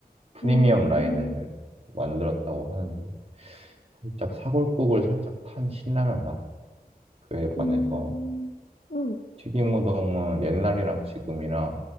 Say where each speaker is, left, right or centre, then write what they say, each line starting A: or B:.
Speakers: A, on the right; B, on the left.
A: 프리미엄
B: 음,
A: 라인을 만들었다고 하는데 살짝 사골국을 살짝 탄 신라면 맛? 그에 반해서
B: 음, 음. 응,
A: 튀김우동은 옛날이랑 지금이랑